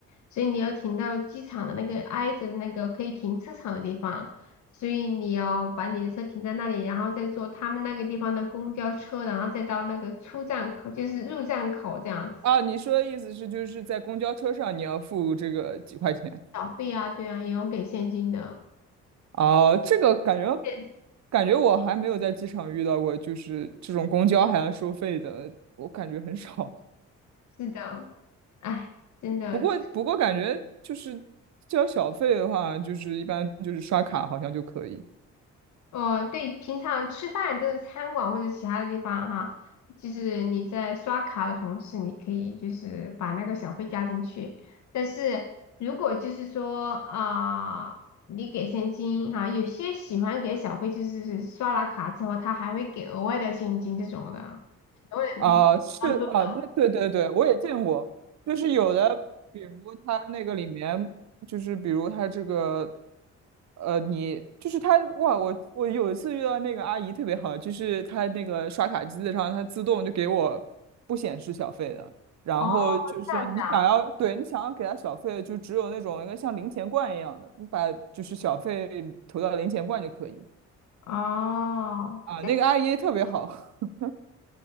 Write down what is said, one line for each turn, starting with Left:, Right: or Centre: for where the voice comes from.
Left: 所以你要停到机场的那个挨着的那个可以停车场的地方，所以你要把你的车停在那里，然后再坐他们那个地方的公交车，然后再到那个出站口，就是入站口这样子。
Right: 啊，你说的意思是就是在公交车上你要付这个几块钱？
Left: 小费啊，对啊，也有给现金的。
Right: 啊，这个感觉
Left: 现
Right: 感觉我还没有在机场遇到过，就是这种公交还要收费的，我感觉很少。
Left: 是的，哎，真的。
Right: 不过不过感觉就是交小费的话，就是一般就是刷卡好像就可以。
Left: 哦，对，平常吃饭就是餐馆或者其他的地方哈，就是你在刷卡的同时，你可以就是把那个小费加进去。但是如果就是说啊、你给现金哈，有些喜欢给小费，就是是刷了卡之后，他还会给额外的现金这种的。我也
Right: 啊、是啊、
Left: 当做的。
Right: 那对对对，我也见过，就是有的，比如他那个里面，就是比如他这个，呃，你就是他，哇，我我有一次遇到那个阿姨特别好，就是她那个刷卡机子上，它自动就给我不显示小费的，然后就是你想要，
Left: 哦，这样子
Right: 对你想要给她小费，就只有那种一个像零钱罐一样的，你把就是小费投到零钱罐就可以
Left: 啊，哦，
Right: 啊，
Left: 这
Right: 那个阿姨特别好，<laughs>